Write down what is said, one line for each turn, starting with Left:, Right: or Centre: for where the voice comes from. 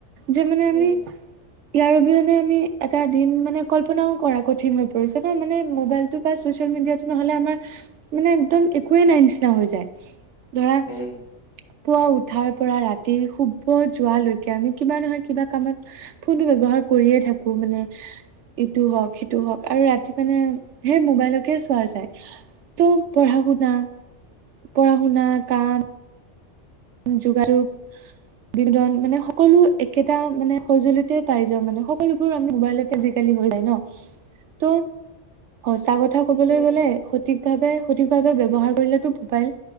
Right: যে মানে আমি
Left: উম
Right: ইয়াৰ অবিহনে আমি এটা দিন মানে কল্পনাও কৰা কঠিন হৈ পৰিছে নহ মানে মোবাইল ছচিয়েল মিডিয়টো নহলে আমাৰ মানে একদম একয়ে নাই নিচিনা হৈ যায়। ধৰা
Left: উম
Right: পুৱা উঠাৰ পৰা ৰাতি শুব যোৱালৈকে আমি কিবা নহয় কিবা কামত ফোনটো ব্যৱহাৰ কৰিয়ে থাকো মানে, ইটো হওক সিটো হওক আৰু ৰাতি মানে সেই মোবাইলকে চোৱা যায় ত' পঢ়া
Left: উম
Right: শুনা পঢ়া শুনা কাম যোগাযোগ বিনোদন মানে, সকলো একেটা মানে সঁজুলিতে পাই যাওঁ মানে সকলোবোৰ আমি মোবাইলত আজিকালি হৈ যায় ন' ত' সচা কথা কবলৈ
Left: উম
Right: গলে সঠিক ভাৱে সঠিকভাৱে ব্য্ৱহাৰ কৰিলে মোবাইল